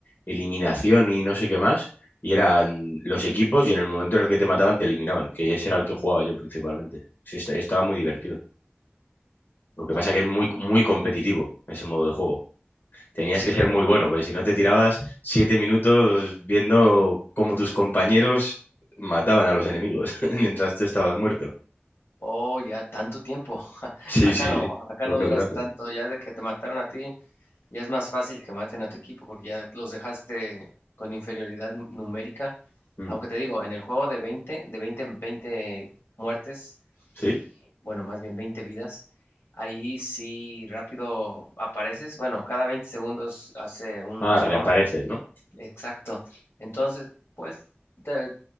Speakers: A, on the left (about 55°); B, on the left (about 85°).
A: eliminación y no sé qué más, y eran los equipos y en el momento en el que te mataban te eliminaban, que ese era el que jugaba yo principalmente. Sí, est- estaba muy divertido. Lo que
B: ya,
A: pasa que es muy, muy
B: Ok.
A: competitivo ese modo de juego. Tenías
B: sí
A: que
B: lo
A: ser
B: es.
A: muy bueno, porque si no te tirabas siete minutos viendo cómo tus compañeros mataban a los enemigos <laughs> mientras tú estabas muerto.
B: Oh, ya, tanto tiempo. <laughs>
A: Sí,
B: Acá
A: sí,
B: no,
A: sí.
B: acá
A: Lo
B: no
A: que
B: duras
A: durase.
B: tanto. Ya de que te mataron a ti, ya es más fácil que maten a tu equipo porque ya los dejaste con inferioridad nu- numérica.
A: Mm,
B: Aunque te digo, en el juego de veinte, de 20, 20 muertes,
A: Sí.
B: bueno, más bien 20 vidas, ahí sí rápido apareces. Bueno, cada 20 segundos hace un
A: Ah,
B: respawn
A: reapareces, ¿no?
B: Exacto. Entonces, pues, te-